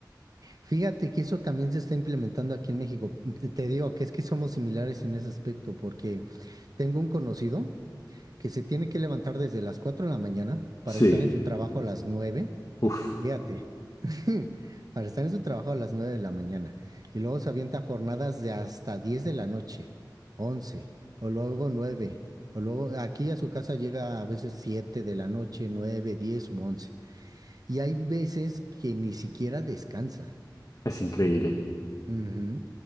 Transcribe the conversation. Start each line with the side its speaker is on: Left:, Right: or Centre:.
Right: Fíjate que eso también se está implementando aquí en México. Te te digo que es que somos similares en ese aspecto, porque tengo un conocido que se tiene que levantar desde las 4 de la mañana para
Left: Sí,
Right: estar en su trabajo a las 9.
Left: uf,
Right: Fíjate. <laughs> Para estar en su trabajo a las 9 de la mañana. Y luego se avienta jornadas de hasta 10 de la noche, 11 o luego nueve O luego aquí a su casa llega a veces 7 de la noche, 9, 10, u 11. Y hay veces que ni siquiera descansa.
Left: es increíble.
Right: Ujú.